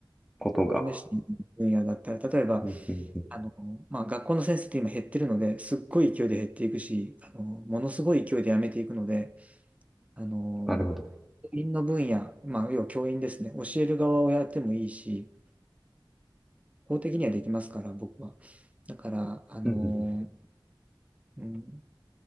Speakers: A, in the centre; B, on the right.
A: ことが。
B: 試してみる分野だったら、例えば、
A: うんうんうん、
B: あの、まあ、学校の先生って今減ってるので、すっごい勢いで減っていくし、あの、ものすごい勢いで辞めていくので、あの、
A: なるほど。
B: 教員の分野、まあ、要は教員ですね、教える側をやってもいいし、法的にはできますから、僕は。だから、あの、
A: うんうんうん
B: うん、